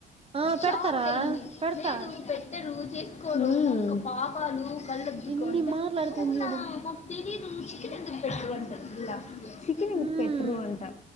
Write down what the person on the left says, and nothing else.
షాకైయింది
లేదు పెట్టరు చేసుకోరు పాపాలు కళ్ళదుకో
అంటే
అవునా
మాకు తెలిదు చికెన్ ఎందుకు పెట్రు అంటారు పిల్లా చికెన్ ఎందుకు
పెట్రు అంటా